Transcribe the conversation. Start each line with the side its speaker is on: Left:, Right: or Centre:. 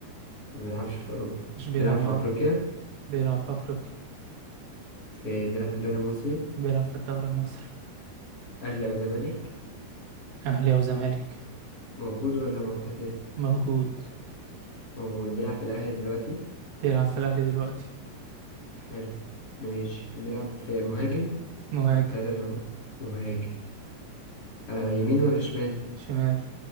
Left: ما بيلعبش في أوروبا
Right: مش بيلعب
Left: بيلعب
Right: مع
Left: في أفريقيا
Right: بيلعب في أفريقيا
Left: في بيلعب في الدوري المصري
Right: بيلعب في الدوري المصري
Left: أهلي أو زمالك
Right: أهلي أو زمالك
Left: موجود ولا معتزل
Right: موجود
Left: موجود بيلعب في الأهلي دلوقتي
Right: بيلعب في الأهلي دلوقتي
Left: حلو ماشي بيلعب في مهاجم
Right: مهاجم
Left: التلاتة اللي هو مهاجم آه يمين ولا شمال
Right: شمال